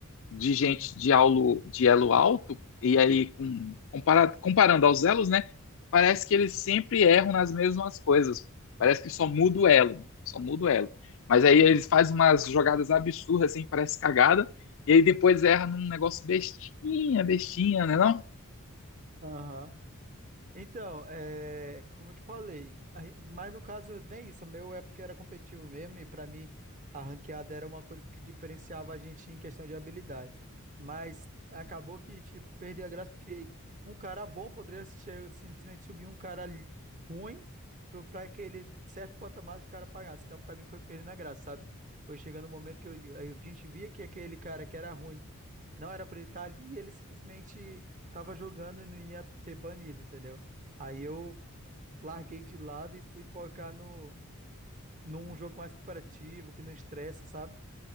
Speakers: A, on the left; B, on the right.
A: de gente
B: Uhum.
A: de, aulo, de elo alto, e aí com, comparado, comparando aos elos, né? Parece que eles sempre erram nas mesmas coisas. Parece que só muda o elo, só muda o elo. Mas aí eles fazem umas jogadas absurdas, assim, parece cagada, e aí depois erra num negócio bestinha, bestinha, né não?
B: Aham. Então, é, como eu te falei, a- mas no caso nem isso, o meu é porque era competitivo mesmo e pra mim a ranqueada era uma coisa que diferenciava a gente em questão de habilidade. Mas acabou que, tipo, perdeu a graça porque um cara bom poderia che- simplesmente subir um cara li- ruim pro- pra aquele certo patamar que o cara pagasse. Então, pra mim foi perdendo a graça, sabe? Foi chegando o momento que eu- a gente via que aquele cara que era ruim não era pra ele estar ali e ele simplesmente tava jogando e não ia ser banido, entendeu? Aí eu larguei de lado e fui focar no, num jogo mais cooperativo, que não estressa, sabe?